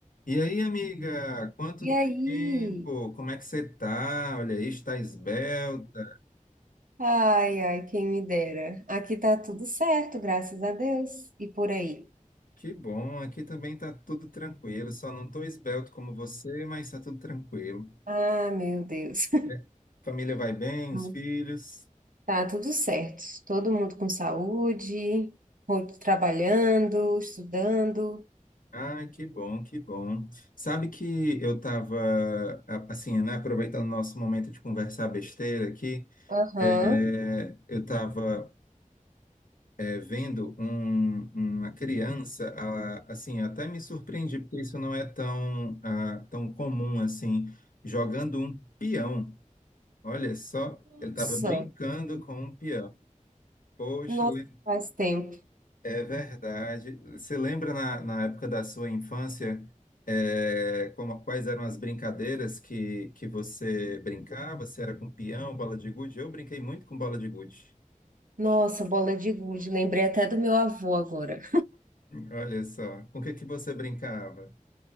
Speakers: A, on the left (about 90°); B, on the right (about 85°).
A: E aí, amiga, quanto
B: E aí?
A: tempo? Como é que você tá? Olha aí, está esbelta.
B: Ai, ai, quem me dera. Aqui tá tudo certo, graças a Deus. E por aí?
A: Que bom, aqui também tá tudo tranquilo. Só não tô esbelto como você, mas tá tudo tranquilo.
B: Ah, meu Deus.
A: É. Família vai bem,
B: <laughs>
A: os filhos.
B: Tá tudo certo. Todo mundo com saúde, ro- trabalhando, estudando.
A: Ai, que bom, que bom. Sabe que eu tava, a- assim, né, aproveitando o nosso momento de conversar besteira aqui,
B: Aham.
A: é, eu estava é, vendo um- uma criança, a- assim, até me surpreendi, porque isso não é tão, ah, tão comum assim, jogando um peão. Olha só,
B: Nossa,
A: ele estava brincando com um peão. Poxa,
B: nossa,
A: le-
B: faz tempo.
A: é verdade. Você lembra na, na época da sua infância, é, como- quais eram as brincadeiras que, que você brincava? Se era com peão, bola de gude? Eu brinquei muito com bola de gude.
B: Nossa, bola de gude. Lembrei até do meu avô agora.
A: Olha só, com o que que você brincava?